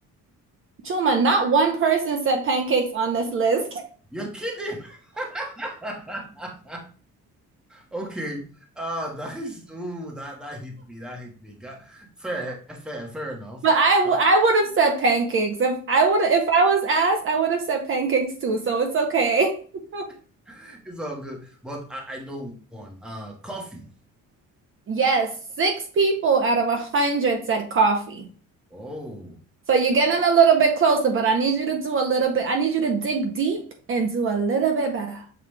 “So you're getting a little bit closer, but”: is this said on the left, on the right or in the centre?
Right